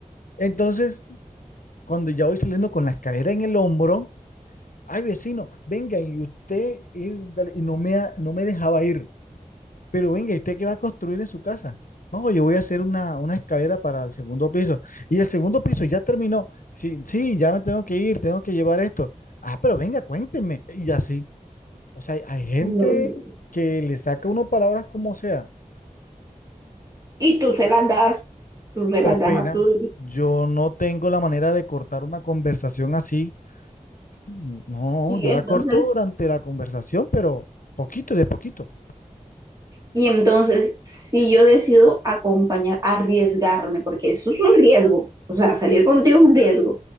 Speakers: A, on the left; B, on the right.
A: Entonces, cuando ya voy saliendo con la escalera en el hombro, ay, vecino, venga, y usted, y, dale, y no me, ha- no me dejaba ir. Pero venga, ¿y usted qué va a construir en su casa? No, yo voy a hacer una, una escalera para el segundo piso. Y el segundo piso ya terminó. Sí, sí, ya me tengo que ir, tengo que llevar esto. Ah, pero venga, cuéntenme. Y así. O sea, hay gente
B: No, no.
A: que le saca uno palabras como sea,
B: Y tú se las das, tú se las
A: por
B: das
A: pena.
B: a tu...
A: Yo no tengo la manera de cortar una conversación así. No,
B: Y
A: yo
B: entonces
A: la corto durante la conversación, pero poquito de poquito.
B: Y entonces, si yo decido acompañar, arriesgarme, porque eso es un riesgo, o sea, salir contigo es un riesgo.